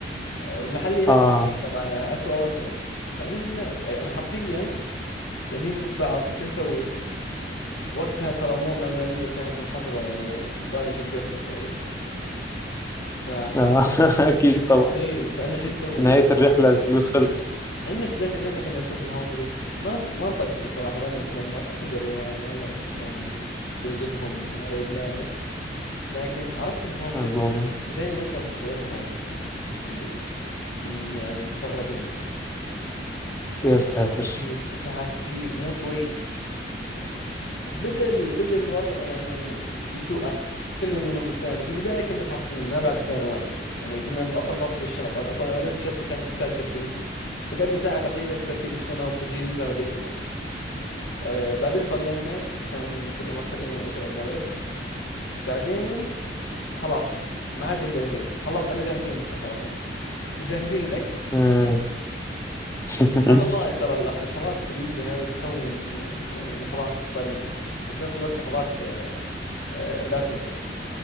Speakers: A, on the left; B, on the left.
A: آه، والمحلي نفس
B: آه.
A: الشيء طبعا آه، أسوأ وأسوأ فإن يعني حرفيا قاعدين نشوف بعض شو نسوي وقتها ترى امورنا الماليه كانت منخفضه يعني ل- ايطاليا شقتنا شوي ف
B: آه. <laughs> أكيد طبعا
A: ايه فانا شو نسوي؟
B: في نهاية الرحلة الفلوس خلصت
A: ان في بدايه الرحله كنا نشوف الهوملس ما نط- ما نطقطق الصراحه ولا نتنمر الحمد لله يعني الله يش... يعني يرزقهم ولا يبلانا لكن عرفت الهوملس
B: اللهم
A: بدينا نشعر بشعور الهوملس هذا اللي مم، يعني مشردين باقي
B: يا ساتر
A: ساعات كثير ك- ساعات كثير مو شوي بدأ ال- بدأ الوضع يعني يسوء أكثر كل يلوم الثاني في البداية كنا فاصلين ما بعد جانا وعي يعني قمنا أصلا نرتب الشنط أنا أصلا أوريدي الشنطة كانت تحتاج ترتيب وقعدنا ساعة تقريبا في ترتيب الشنط تجهيزها وزي كذا آه بعدين صلينا كان كنا مؤخرين العشاء والمغرب بعدين خلاص ما عاد عندنا شيء خلاص أنا جاهزين للسفر الحين وجاهزين الأكل
B: مم. <laughs>
A: سبحان الله ترى اللح- اللحظات الشديدة هذه تكون آه، يعني لحظات طريفة وفي نفس الوقت لحظات آه، لا تنسى